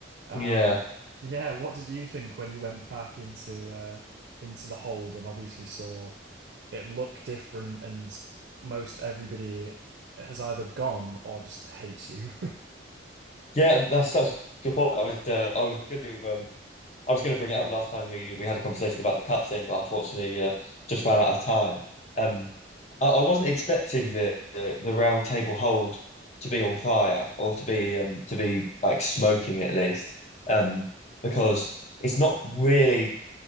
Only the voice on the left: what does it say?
Yeah,
yeah, that's such a good point. I was, uh, I was going to, um, I was going to bring it up last time we we had a conversation about the cutscene, but unfortunately, uh, just ran out of time. Um, I, I wasn't expecting the, the the round table hold to be on fire or to be um to be like smoking at least, um, because it's not really